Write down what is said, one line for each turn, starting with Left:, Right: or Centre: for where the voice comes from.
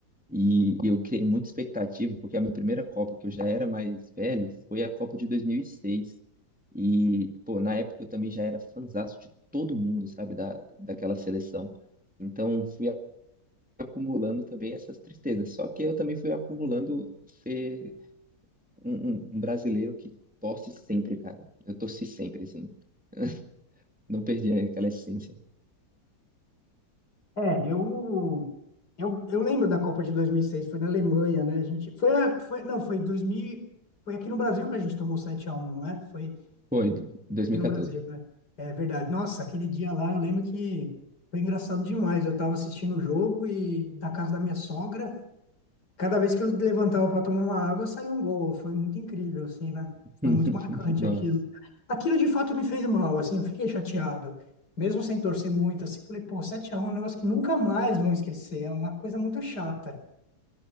Centre: E eu criei muita expectativa, porque a minha primeira Copa, que eu já era mais velho, foi a Copa de 2006. E, seis. E, pô, na época eu também já era fãzaço de todo mundo, sabe, da, daquela seleção. Então, fui acumulando também essas tristezas. Só que eu também fui acumulando ser um, um um brasileiro que torce sempre, cara. Eu torci sempre, assim. <laughs> Não perdi aquela essência.
Left: É, eu eu, eu lembro da Copa de 2006 foi na Alemanha, né? A gente foi, a, foi não, foi 2000, e- foi aqui no Brasil que a gente tomou 7 a um, né? Foi
Centre: Foi,
Left: Foi
Centre: 2014.
Left: aqui no Brasil, né? É verdade. Nossa, aquele dia lá eu lembro que foi engraçado demais. Eu tava assistindo o jogo e da casa da minha sogra, cada vez que eu levantava para tomar uma água, saía um gol. Foi muito incrível, assim, né?
Centre: <laughs>
Left: Foi muito marcante
Centre: Nossa.
Left: aquilo. Aquilo de fato me fez mal, assim, eu fiquei chateado. Mesmo sem torcer muito, assim, falei, pô, sete a 1 é um negócio que nunca mais vão esquecer. É uma coisa muito chata.